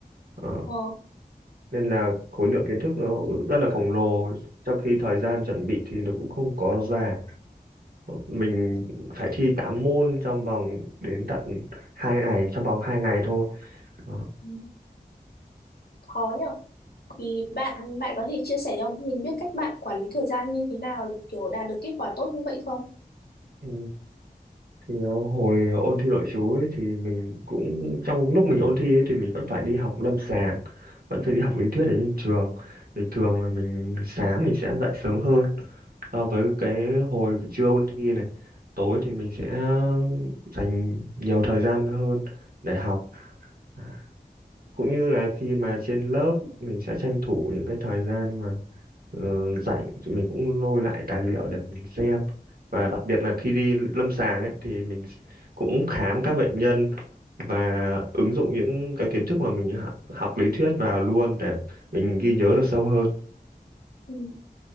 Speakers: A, on the right; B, on the left.
A: Ờ,
B: Ờ,
A: nên là khối lượng kiến thức nó rất là khổng lồ trong khi thời gian chuẩn bị thì nó cũng không có dài mình phải thi 8 môn trong vòng đến tận hai ngày trong vòng hai ngày thôi Đó.
B: ừ, khó nhở thì bạn bạn có thể chia sẻ cho mình biết cách bạn quản lý thời gian như thế nào để kiểu đạt được kết quả tốt như vậy không?
A: Ừ, thì ờ, hồi ôn thi nội trú ấy, thì mình cũng trong lúc mình ôn thi ấy, thì mình vẫn phải đi học lâm sàng vẫn phải đi học lý thuyết ở trên trường thì thường là mình sáng mình sẽ dậy sớm hơn so với cái hồi trưa ôn thi này tối thì mình sẽ dành nhiều thời gian hơn để học À, cũng như là khi mà trên lớp mình sẽ tranh thủ những cái thời gian mà uh, rảnh thì mình cũng lôi lại tài liệu để mình xem và đặc biệt là khi đi lâm sàng ấy thì mình cũng khám các bệnh nhân và ứng dụng những cái kiến thức mà mình học, học lý thuyết vào luôn để mình ghi nhớ được sâu hơn
B: Ừ.